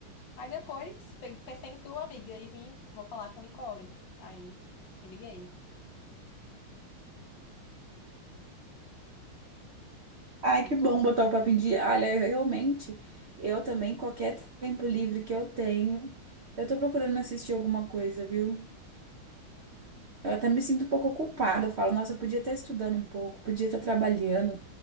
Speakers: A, on the left; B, on the right.
A: Aí depois pe- pensei em tu, amiga, e vim, vou falar com a Nicole. Aí me liguei.
B: Ai,
A: E
B: que bom
A: tu,
B: botar o papo em dia. Olha, realmente, eu também, qualquer tempo livre que eu tenho, eu tô procurando assistir alguma coisa, viu? Eu até me sinto um pouco culpada. Eu falo, nossa, eu podia estar estudando um pouco, podia estar trabalhando,